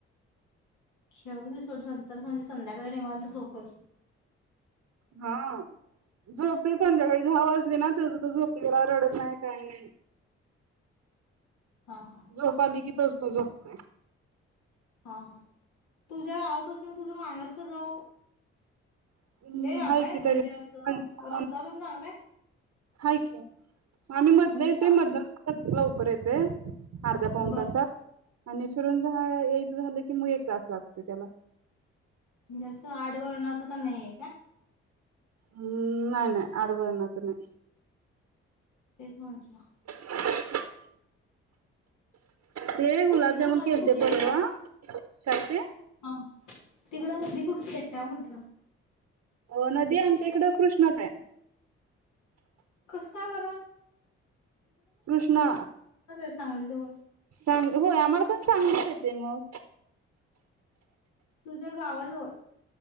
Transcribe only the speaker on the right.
हा झोपतो संध्याकाळी दहा वाजले ना, तेज तो झोपतो रडत नाही काय नाही.
झोप आली कि त्यो तो झोपतोय.
हम्म
हाय
की
तरी
पंचावन्न
हाय की आम्ही मध
नाही येतोय
मध कुसला उपर येते. अर्धा पाऊन
तासात आणि फिरून ज हा यायचं झालं की मग एक त्रास लागतोय त्याला
हम्म नाही नाही आडवळण्याचं नाही.
<unintelligible> हे गुलाबजामन
खेळते
पर
ग ते
अ नदी आमच्या इकड कृष्णच आहे.
कृष्णा
सांग होय आम्हाला पण सांग ते मग